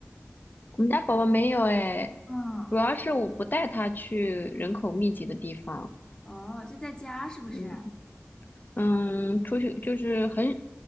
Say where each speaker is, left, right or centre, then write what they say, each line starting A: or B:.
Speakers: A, on the left; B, on the left.
A: <laughs> 我们家宝宝没有哎，
B: 嗯，
A: 主要是我不带他去人口密集的地方，
B: 哦，就在家是不是？
A: 嗯。嗯，出去就是很